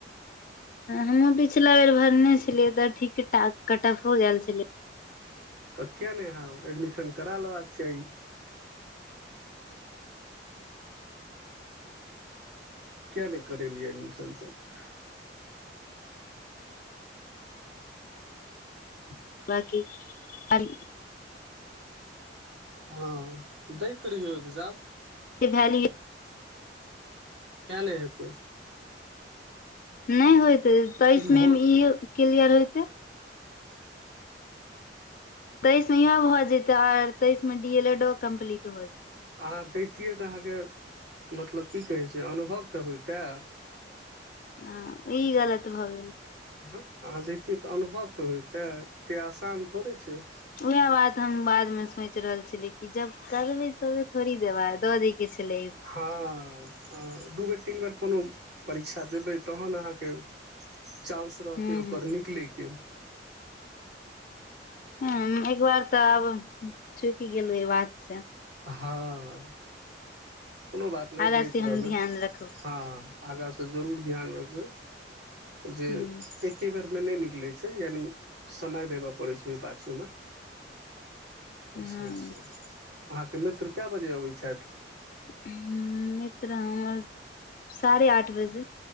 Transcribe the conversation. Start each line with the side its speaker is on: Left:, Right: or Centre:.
Left: हमहूँ पिछला बेर भरने छेलियै तऽ ठीक-ठाक कऽटऽफो गैल छेलै।
Right: तऽ किए नैय अहाँ एडमिशन करा लेबाक चाही। किऐ नैय करेलियै एडमिशन तब? <inaudible>
Left: बाकी <unintelligible>
Right: हँ दैत रहियौ एग्जाम।
Left: के भैलिये
Right: कियै नै हैते।
Left: नैय होयतै तइस
Right: भ
Left: में म इह क्लियर होयतै तइस में इहो भऽ जेतै और तइस में डीएलएडो कम्प्लीट भऽ
Right: अहाँ दैतियै तऽ अहाँके मतलब की कहै छैय अनुभव तऽ होइतै।
Left: हँ ई गलत भऽ गेल।
Right: तहन अहाँ दैतियै तऽ अनुभव तऽ होयतै एत्ते आसान थोड़े छैय।
Left: उहै बात हम बादमें सोइच रहल छेलियै की जब <unintelligible> थोड़ी देबाई दऽ दै के छेलै।
Right: हँ अ दू बेर तीन बेर कोनो परीक्षा देबै तहन अहाँके चांस रहतै
Left: हूं
Right: ओकर निकलै के <inaudible>
Left: हम्म एकबार तऽ आब चुइक गेलु एय बात से।
Right: हाँअ कोनो बात नै
Left: आगा
Right: दैत
Left: से हम
Right: रहबै।
Left: ध्यान रखब
Right: हँ आगा स जरूर ध्यान रखबै जे
Left: हूं
Right: ए क्के बेर में नै निकले छै यानि समय देबऽ पड़ै छै ओय पाछू में। तऽ
Left: हँ
Right: से छै अहाँके मित्र कए बजे अबै छैथ?
Left: हुँम्म मित्र हमर साढ़े आठ बजे।